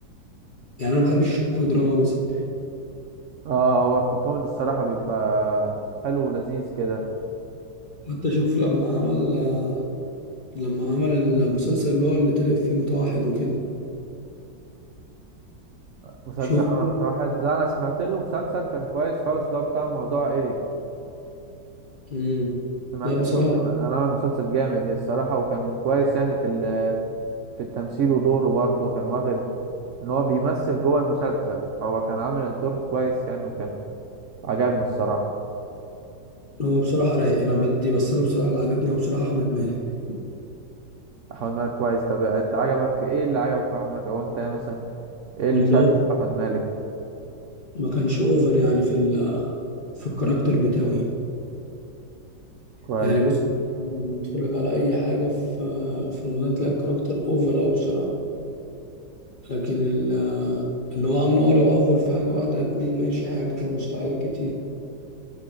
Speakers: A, on the left (about 55°); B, on the right (about 80°).
A: يعني أنا ما بحبش أشوفه في دراما مثلا
B: اه هو في الكوميدي الصراحة بيبقى حلو ولذيذ كده
A: حتى أشوف لما عمل آه، لما عمل المسلسل اللي هو اللي طلع فيه متوحد وكده
B: مسلسل
A: شفت
B: عمل واحد لا انا سمعت له مسلسل كان كويس خالص اللي هو بتاع موضوع ايري
A: مم.
B: سمعت
A: لا بصراحة
B: له كان انا عامل مسلسل جامد يعني الصراحة وكان كويس يعني في ال... في التمثيل ودوره برضه كان واخد ان هو بيمثل جوه المسلسل فهو كان عامل الدور كويس يعني وكان عجبني الصراحة
A: هو بصراحة رايق أنا بدي بس أنا بصراحة اللي عجبني هو بصراحة أحمد مالك
B: احمد مالك كويس طب انت عجبك ايه اللي عجبك في احمد مالك او انت مثلا ايه اللي
A: اللي
B: شدك
A: هو
B: في احمد مالك
A: ما كانش أوفر يعني في ال في الكاركتر بتاعه يعني
B: كويس
A: يعني بص نتفرج على أي حاجة في في رمضان تلاقي الكاركتر أوفر أوي بصراحة لكن ال- اللي هو عامله أوفر أوفر في حاجة واحدة يكون ماشي حاجة كده وسط حاجات كتير